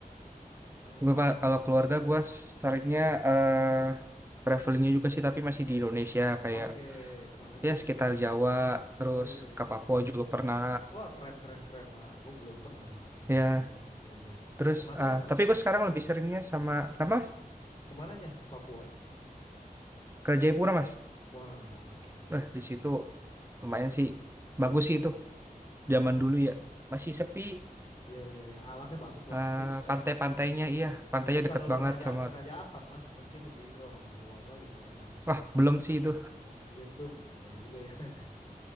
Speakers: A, on the left; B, on the right.
A: banyak
B: Gue,
A: mas
B: Pak,
A: ada
B: kalau
A: habis
B: keluarga gue seringnya eh travelingnya juga sih, tapi masih di Indonesia. Kayak
A: Oke, kemana aja
B: ya
A: tuh Mas?
B: sekitar Jawa terus
A: Oh iya iya
B: ke Papua
A: iya. iya.
B: juga pernah
A: Wah keren keren keren. Nah, gue belum pernah malah Indonesia
B: ya
A: Timur. Iya iya.
B: terus
A: Kemananya
B: ah,
A: Mas?
B: tapi gue sekarang lebih seringnya sama apa mas
A: Kemananya? Papua.
B: ke Jayapura mas
A: Wah oke oke
B: Wah,
A: keren
B: di situ
A: keren.
B: lumayan sih bagus sih itu zaman
A: Oh
B: dulu ya masih sepi
A: iya iya iya. Alamnya bagus lah
B: ah,
A: pasti lah ya
B: pantai-pantainya
A: gitu.
B: iya pantainya
A: Apalagi kalau
B: deket
A: lu
B: banget
A: ke Raja
B: sama
A: Raja Ampat Mas, mungkin lebih wah lebih wow lah gitu Raja Ampat.
B: wah belum sih itu
A: Nah iya tuh boleh juga ya. <laughs>